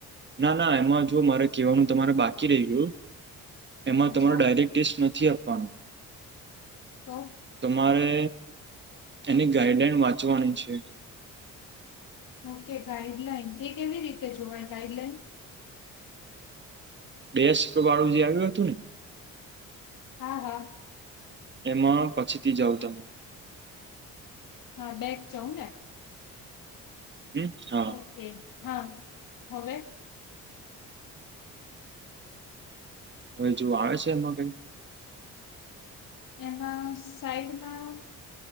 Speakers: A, on the right; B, on the left.
A: ના ના એમાં જો મારે કહેવાનું તમારે બાકી રહી ગયુ એમાં
B: અચ્છા
A: તમારો ડાયરેક્ટ ટેસ્ટ નથી આપવાનો.
B: તો?
A: તમારે એની ગાઈડલાઈન વાંચવાની છે.
B: ઓકે ગાઈડલાઈન એ કેવી રીતે જોવાય ગાઈડલાઈન?
A: ડેસ્ક વાળું જે આવ્યું હતું ને.
B: હા હા.
A: એમાં પછીથી જાાવ તમે.
B: હા બેક જાઉ ને?
A: હમ હા
B: ઓકે હા હવે?
A: હવે જો આવે છે એમાં કઈક?
B: એમાં સાઈડમાં